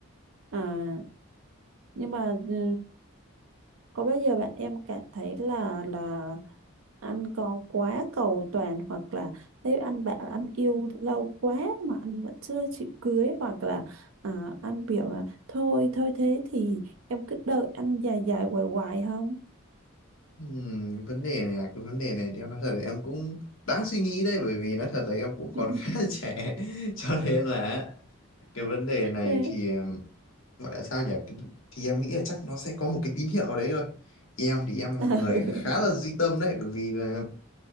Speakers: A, on the right; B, on the left.
A: à, nhưng mà ừ, Có bao giờ bạn em cảm thấy là là anh có quá cầu toàn hoặc là nếu anh bảo anh yêu lâu quá mà anh vẫn chưa chịu cưới hoặc là à, anh biểu là thôi thôi thế thì em cứ đợi anh dài dài hoài hoài không?
B: Ừm, cái vấn đề này là- cái vấn đề này thì em nói thật là em cũng đáng suy nghĩ đấy bởi vì nói thật là em cũng còn
A: <laughs>
B: <laughs> khá là trẻ cho nên là cái vấn đề này
A: Ừ.
B: thì ừm, gọi là sao nhỉ Cái- thì em nghĩ là chắc nó sẽ có một cái tín hiệu ở đấy thôi em thì em là
A: <laughs>
B: người khá là duy tâm đấy bởi vì là